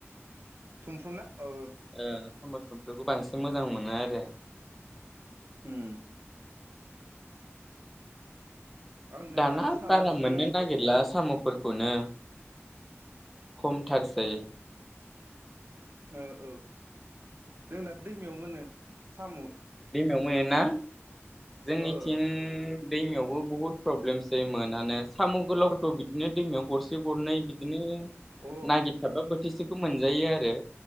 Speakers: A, on the right; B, in the centre.
A: थुमफ्रुना ओ
B: ओ खौ बांसिन मोजां मोनो आरो
A: उम आंना
B: दाना
A: साम'जों
B: बारा मोननो नागिरला साम' फोरखौनो खमथारसै
A: औ औ जोंना दैमायाव मोनो सामु
B: दैमायाव मोनो ना? जोंनिथिं
A: ओ
B: दैमायावबो बुहुत प्रब्लेमसै मोनानो साम गोलावफोरखौ बिदिनो दैमायाव गरसे गरनै बिदिनो
A: अ
B: नागिरथाबबा बोथिसे सेखौ मोनजायो आरो